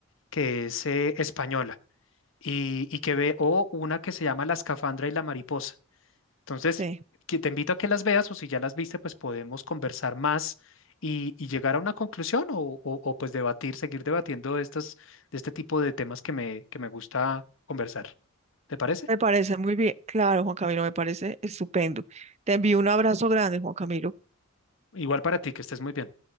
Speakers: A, on the left; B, on the right.
A: que es eh, española, y, y que ve, o una que se llama La escafandra y la mariposa. Entonces,
B: sí,
A: que te invito a que las veas o si ya las viste, pues podemos conversar más y, y llegar a una conclusión o, o- o, pues debatir, seguir debatiendo de estas, de este tipo de temas que me, que me gusta conversar. ¿Te parece?
B: me parece muy bien. Claro, Juan Camilo, me parece estupendo. Te envío un abrazo grande, Juan Camilo.
A: Igual para ti, que estés muy bien.